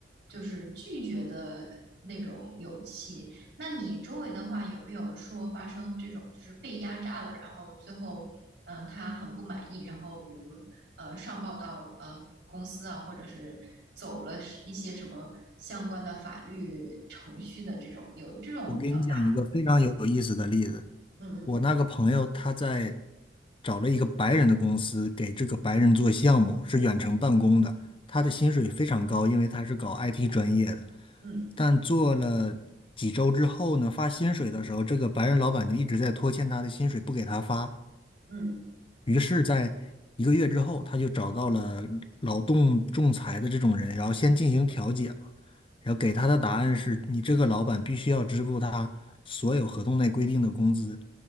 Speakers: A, on the right; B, on the left.
A: 就是拒绝的那种勇气。那你周围的话，有没有说发生这种就是被压榨了，然后最后嗯、呃他很不满意，然后比如呃上报到呃公司啊，或者是走了一些什么相关的法律程序的这种，有这种比较大，
B: 我给你讲一个非常有意思的例子。
A: 嗯嗯
B: 我那个朋友他在找了一个白人的公司，给这个白人做项目，是远程办公的。他的薪水非常高，因为他是搞 IT 专业的。
A: 嗯
B: 但做了几周之后呢，发薪水的时候，这个白人老板就一直在拖欠他的薪水，不给他发。
A: 嗯
B: 于是，在一个月之后，他就找到了劳动仲裁的这种人，然后先进行调解嘛。然后给他的答案是你这个老板必须要支付他所有合同内规定的工资，